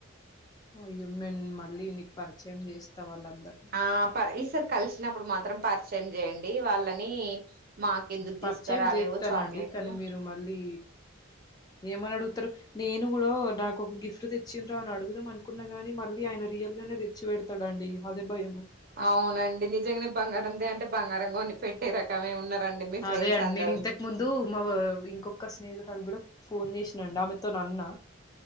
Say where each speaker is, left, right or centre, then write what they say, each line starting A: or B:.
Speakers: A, on the left; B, on the right.
A: అయ్యుం నేన్ మళ్ళీ నీకు పరిచయం చేస్తా వాళ్ళందరు
B: ఆ పర్ ఈసర్ కలిసినప్పుడు మాత్రం పరిచయం చేయండి వాళ్ళని మాకెందుకు
A: పరిచయం
B: తీసుకురాలేవు
A: జేతనండి
B: చాక్లెట్లు
A: కనీ మీరు మళ్ళీ ఏమని అడుగుతరు నేను కూడా నాకు ఒక గిఫ్ట్ తెచ్చిండ్రా అని అడుగుదాం అనుకున్నాగాని మళ్ళీ ఆయన రియల్ గానే తె చ్చిపెడతడండి అదే భయం
B: అవునండి నిజంగానే బంగారం తే అంటే బంగారంగొని పెట్టే రకమే ఉన్నారండి మీ ఫ్రెండ్స్
A: అదే అండి.
B: అందరు
A: నేను ఇంతకు ముందు మా ఇంకొక స్నేహితురాలు కూడా ఫోన్ చేసినండి ఆమెతోనన్న